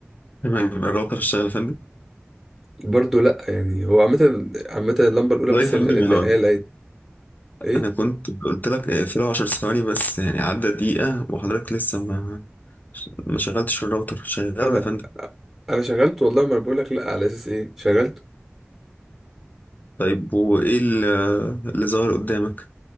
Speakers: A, on the left; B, in the centre.
A: تمام الراوتر اشتغل يا فندم
B: برضه لا يعني هو عامة عامة اللمبة الأولى
A: حضرتك
B: بس
A: يا
B: اللي
A: فندم أنا
B: هي لقيت إيه
A: أنا كنت قلت لك اقفله 10 ثواني بس يعني عدى دقيقة وحضرتك لسه ما ما شغلتش الراوتر شغله
B: أنا
A: يا فندم
B: أنا شغلت والله ما أنا بقول لك لا على أساس إيه شغلت
A: طيب وإيه ال- آه، اللي ظاهر قدامك